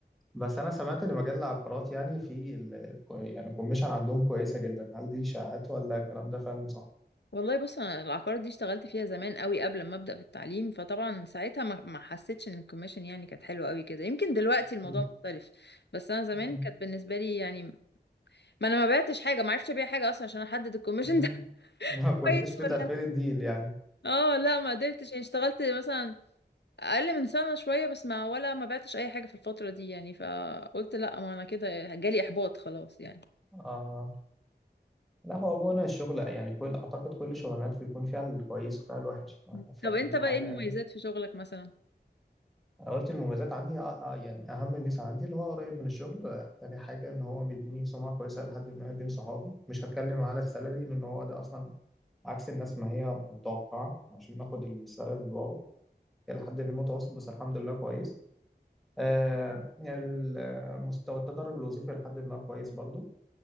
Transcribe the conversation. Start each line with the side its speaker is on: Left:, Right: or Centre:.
Centre: بس انا سمعت ان مجال العقارات يعني في ال... ال- يعني الكوميشن عندهم كويسه جدا هل دي اشاعات ولا الكلام ده فعلا صح
Left: والله بص انا العقار دي اشتغلت فيها زمان قوي قبل ما ابدا في التعليم فطبعا ساعتها ما ما حسيتش ان الكوميشن يعني كانت حلوه قوي كده يمكن دلوقتي
Centre: <laughs>
Left: الموضوع
Centre: م-
Left: مختلف بس انا زمان
Centre: م-
Left: كانت بالنسبه لي يعني ما انا ما بعتش حاجه ما عرفتش ابيع حاجه اصلا عشان احدد الكوميشن
Centre: م.
Left: ده
Centre: ما
Left: <laughs>
Centre: كنتش
Left: كويس
Centre: متقبل
Left: ولا لا
Centre: الديل يعني
Left: اه لا ما قدرتش يعني اشتغلت مثلا اقل من سنه شويه بس ما ولا ما بعتش اي حاجه في الفتره دي يعني فقلت لا ما انا كده جالي احباط خلاص يعني
Centre: آه. لا هو بونا الشغل يعني كل اعتقد كل شغلانات بيكون فيها الكويس وفيها الوحش
Left: مم.
Centre: فدي
Left: طب انت بقى
Centre: حاجه
Left: ايه المميزات في شغلك مثلا
Centre: انا قلت المميزات عندي آه آه يعني اهم ميزه عندي اللي هو قريب من الشغل تاني حاجه ان هو مديني سمعه كويسه لحد ما بين صحابي مش هتكلم على السالري لان هو ده اصلا عكس الناس ما هي متوقعة عشان ناخد السالري الواو هي لحد ما متوسط بس الحمد لله كويس آه، ال- مستوى التدرج الوظيفي لحد ما كويس برضو